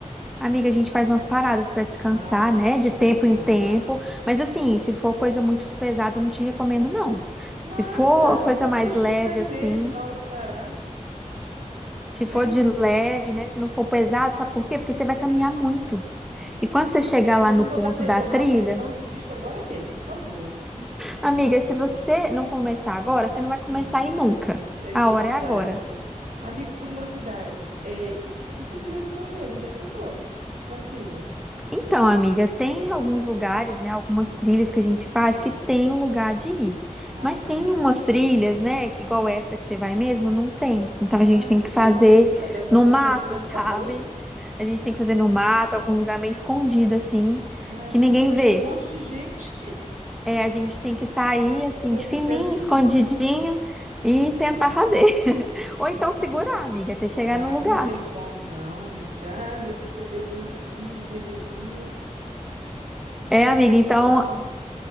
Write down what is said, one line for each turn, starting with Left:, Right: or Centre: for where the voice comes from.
Centre: Amiga, a gente faz umas paradas pra descansar,
Right: Ah,
Centre: né?
Right: sim,
Centre: De tempo em
Right: ah.
Centre: tempo. Mas assim, se for coisa muito pesada, eu não te recomendo, não.
Right: Nada,
Centre: Se for coisa
Right: só
Centre: mais
Right: para distrair
Centre: leve, assim,
Right: mesmo na hora que parar,
Centre: se
Right: né?
Centre: for de leve, né? Se não for pesado, sabe por quê? Porque você vai caminhar muito.
Right: Nossa.
Centre: E quando você chegar
Right: Mas
Centre: lá
Right: se
Centre: no
Right: me botar
Centre: ponto
Right: terror
Centre: da trilha,
Right: não, porque senão eu desisto agora mesmo, por favor, hein?
Centre: amiga, se você não começar agora, você não vai começar
Right: Hum,
Centre: aí nunca.
Right: é, isso
Centre: A
Right: é
Centre: hora
Right: verdade.
Centre: é agora.
Right: isso é ver- Amiga, curiosidade. É... E se eu quiser ir no banheiro, onde é que eu vou? Na trilha?
Centre: Então, amiga, tem alguns lugares, né, algumas trilhas que a gente faz que tem o lugar de ir.
Right: Ah,
Centre: Mas tem umas
Right: sim.
Centre: trilhas, né, que igual essa que você vai mesmo, não tem. Então
Right: Ai,
Centre: a gente
Right: meu
Centre: tem que
Right: Deus,
Centre: fazer
Right: como é que faz? Leva papel
Centre: no mato,
Right: higiênico dentro
Centre: <laughs> sabe?
Right: da bolsa?
Centre: A gente tem que fazer no mato, algum lugar meio escondido assim,
Right: Caramba,
Centre: que ninguém
Right: mas
Centre: vê.
Right: com um monte de gente
Centre: É, a gente tem que sair
Right: <laughs>
Centre: assim
Right: vai
Centre: de
Right: ficar
Centre: fininho,
Right: difícil.
Centre: escondidinho e tentar fazer. <laughs> Ou então segurar, amiga, até chegar
Right: Ah,
Centre: no lugar.
Right: não tem como, não, amiga. Ah, depois que eu bebo um azinho, uma cervejinha,
Centre: É,
Right: não
Centre: amiga,
Right: tem
Centre: então,
Right: como.